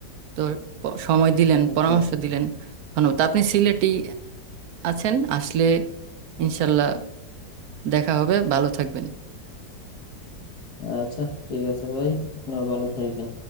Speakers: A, on the right; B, on the left.
A: তো প- সময় দিলেন
B: আচ্ছা
A: পরামর্শ দিলেন ধন্যবাদ আপনি সিলেটেই আছেন আসলে ইনশাল্লাহ দেখা হবে ভালো থাকবেন
B: আচ্ছা ঠিক আছে ভাই আপনিও ভালো থাকেন